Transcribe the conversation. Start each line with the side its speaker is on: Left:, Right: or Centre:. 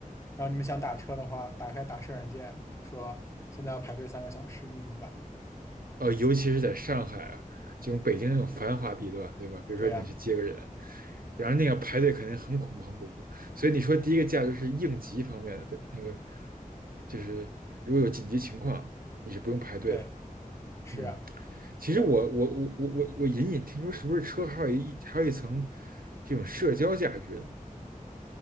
Left: 然后你们想打车的话，打开打车软件，说现在要排队三个小时，你怎么办？
Right: 呃，尤其是在上海啊，这种北京那种繁华地段，对吧？比如说你要去接个人，
Left: 对呀、
Right: 然后那个排队肯定很恐怖，很恐怖。所以你说第一个价值是应急方面的，对，那个就是如果有紧急情况，你是不用排队的。
Left: 对，是啊，
Right: 嗯，其实我我我我我我隐隐听说，
Left: 对。
Right: 是不是车还有一还有一层这种社交价值？